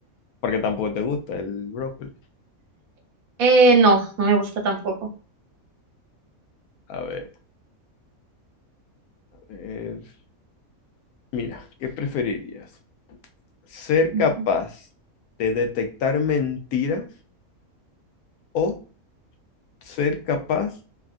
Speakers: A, on the left (about 80°); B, on the right (about 70°).
A: porque tampoco te gusta el brócoli.
B: Eh, no, no me gusta tampoco.
A: A ver, a ver. Mira, ¿qué preferirías? ¿Ser
B: Ujú.
A: capaz de detectar mentiras o ser capaz